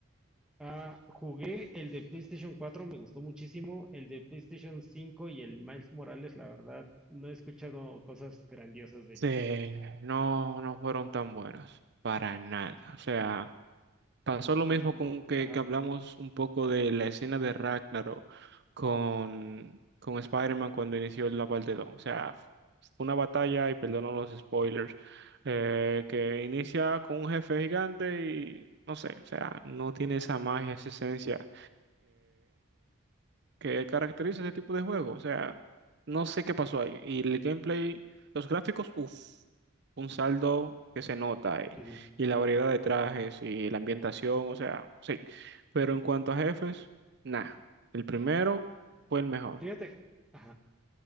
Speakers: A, in the centre; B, on the right.
A: Ah, jugué el de PlayStation cuatro me gustó muchísimo. El de PlayStation 5 y el Miles Morales, la verdad, no he escuchado cosas grandiosas de
B: Sí,
A: ellos.
B: no, no fueron tan buenos, para nada. O sea, pasó lo mismo
A: Mm,
B: con que,
A: Ajá.
B: que hablamos un poco de la escena de Ragnarok con, con Spider-Man cuando inició la parte 2. O sea, fue una batalla, y perdono los spoilers, eh, que inicia con un jefe gigante y no sé, o sea, no tiene esa magia, esa esencia que caracteriza ese tipo de juego. O sea, no sé qué pasó ahí. Y el gameplay, los gráficos, uff, un saldo que se nota ahí.
A: ujú.
B: Y la variedad de trajes y la ambientación, o sea, sí. Pero en cuanto a jefes, nada. El primero fue el mejor.
A: Fíjate. Ajá.